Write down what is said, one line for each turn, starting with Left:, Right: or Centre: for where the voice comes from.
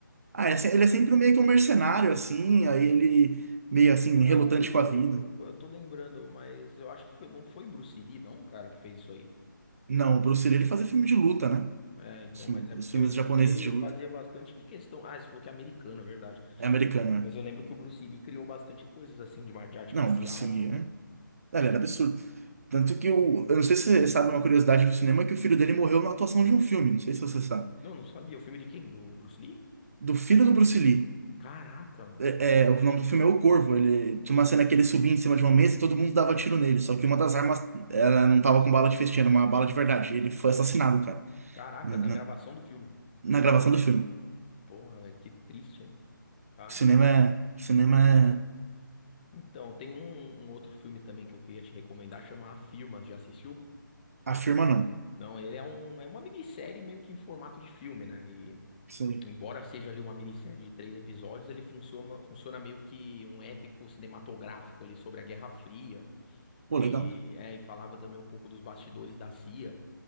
Right: Ah, é se- ele é sempre meio que um mercenário, assim, aí ele meio assim,
Left: Não
Right: relutante
Left: é o.
Right: com a vida.
Left: pô, Eu tô lembrando, mas eu acho que foi, não foi Bruce Lee, não, cara, que fez isso aí?
Right: Não, o Bruce Lee, ele fazia filme de luta, né?
Left: É, então,
Right: Os, filme-
Left: mas é porque
Right: os filmes
Left: eu lembro
Right: japoneses
Left: que ele
Right: de luta.
Left: fazia bastante questão. Ah, você falou que é americano, é verdade.
Right: É americano, né?
Left: Mas eu lembro que o Bruce Lee criou bastante coisas assim de, mar- de arte
Right: Não,
Left: marcial
Right: o Bruce Lee,
Left: também.
Right: né? Ele era absurdo. Tanto que o. Eu não sei se você sabe uma curiosidade do cinema, que o filho dele morreu na atuação de um filme. Não sei se você sabe.
Left: Não, não sabia. O filme de quem? Do Bruce Lee?
Right: Do filho do Bruce Lee.
Left: Caraca, mano.
Right: É, é, o nome do filme é O Corvo. Ele tinha uma cena que ele subia em cima de uma mesa e todo mundo dava tiro nele. Só que uma das armas, ela não tava com bala de festim, era uma bala de verdade. Ele foi assassinado, cara.
Left: Caraca,
Right: Na,
Left: na gravação
Right: na-
Left: do filme.
Right: na gravação do filme.
Left: Porra, velho, que triste, hein? Caraca.
Right: cinema é. Cinema
Left: É.
Right: é.
Left: Então, tem um, um outro filme também que eu queria te recomendar, chama A Firma. Já assistiu?
Right: Afirma não.
Left: Não, ele é um, é uma minissérie meio que em formato de filme, né?
Right: Isso aí.
Left: Embora seja ali uma minissérie de três episódios, ele funciona, funciona meio que um épico cinematográfico ali sobre a Guerra Fria
Right: Pô,
Left: e,
Right: legal.
Left: é, e falava também um pouco dos bastidores da CIA.